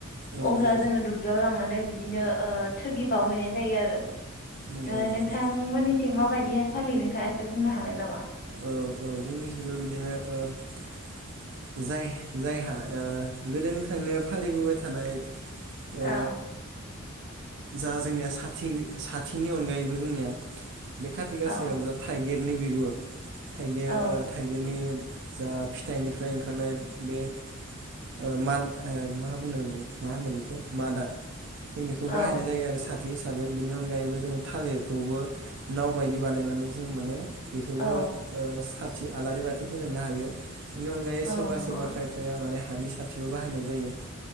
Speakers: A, on the right; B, on the left.
A: औ
B: अब्ला
A: औ
B: जोङो दुब्लियाव लांना मे बिदिनो ओ थोगि बावहैनाय जायोआरो
A: नंगौ
B: ओ
A: नंगौ
B: नोंथांमोननि थिं माबायदिहाय फालियो नोंथाङा एसे बुंनो हागोन नामा
A: औ औ जोंनिखिबो बिदिनो ओ जाय-जायहा ओ गोदोनिफ्रायनो फालिबोबाय थानाय ओ
B: औ
A: जा जोंनिया साथि-साथिनि अनगायैबो जोंनिया बे खाथि गासायाव
B: औ
A: जाथाइ गिरनि बिगुर थाइगिर
B: औ
A: ओ थाइगिरनि जा फिथाइनिफ्राय ओंखारनाय बे ओ माद मा होनो मा होनो बेखौ मादा जों बेखौ
B: औ
A: बाहायनाय जायआरो साथ खाथि हिसाबै बेनि अनगायैबो जोङो थालिरखौबो नाव बायदि बानायनानै जों माने। बेखौबो।
B: औ
A: ओ साथि आलारि बाथि फोजोंनो हायो। बेनि अनगायै
B: औ
A: सोरबा
B: नंगौ
A: सोरबा खायफाया माने हानि साथिबो बाहायनाय जायो।